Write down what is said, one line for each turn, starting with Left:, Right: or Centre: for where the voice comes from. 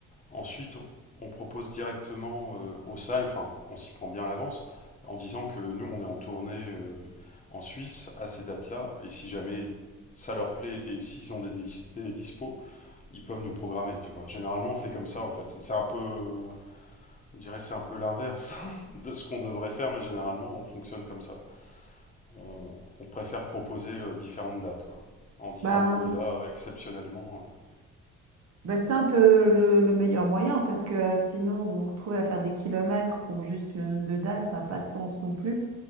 Left: Ensuite, on propose directement euh, aux salles, enfin, on s'y prend bien à l'avance, en disant que nous, on est en tournée euh, en Suisse à ces dates-là, et si jamais ça leur plaît et s'ils ont des, dis- des dispos, ils peuvent nous programmer, tu vois. Généralement, on fait comme ça, en fait. C'est un peu, euh, je dirais, c'est un peu l'inverse <laughs> de ce qu'on devrait faire, mais généralement, on fonctionne comme ça. On, on préfère proposer euh, différentes dates, quoi, en disant
Right: ben,
Left: qu'on est là euh, exceptionnellement. euh.
Right: Bah, c'est un peu le, le meilleur moyen parce que sinon vous vous retrouvez à faire des kilomètres pour juste une deux dates, ça n'a pas de sens non plus.